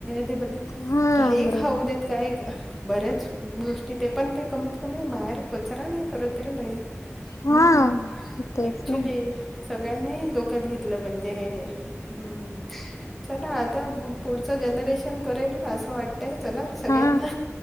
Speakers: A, in the centre; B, on the left (about 80°).
A: बले
B: हा
A: काही
B: बरोबर
A: खाऊ देत काय? बऱ्याच गोष्टी ते पण ते कमीत कमी बाहेर कचरा नाही करतत रे बाई
B: हा
A: हम्म
B: तेच
A: ॲक्च्युली
B: ना.
A: सगळ्यांनी डोक्यात घेतलं पाहिजे हे हम् चला आता पुढचं जनरेशन करेल ना असं वाटतं चला सगळ्यांना
B: हा